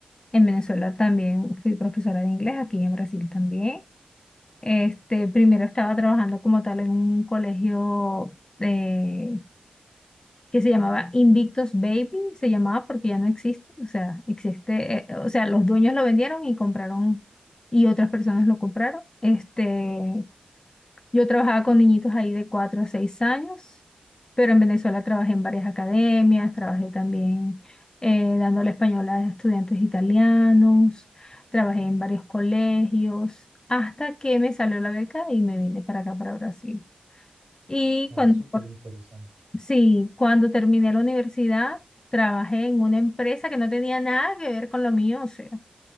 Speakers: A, on the left (about 30°); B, on the right (about 75°).
A: En Venezuela también fui profesora de inglés, aquí en Brasil también. Este, primero estaba trabajando como tal en un colegio de- que se llamaba Invictus Baby, se llamaba porque ya no existe, o sea, existe, eh, o sea, los dueños lo vendieron y compraron y otras personas lo compraron. Este, yo trabajaba con niñitos ahí de 4 a 6 años, pero en Venezuela trabajé en varias academias, trabajé también eh, dándole español a estudiantes italianos, trabajé en varios colegios, hasta que me salió la beca y me vine para acá, para Brasil. Y
B: Ah,
A: cuando,
B: es súper
A: por-
B: interesante.
A: sí, cuando terminé la universidad, trabajé en una empresa que no tenía nada que ver con lo mío, o sea.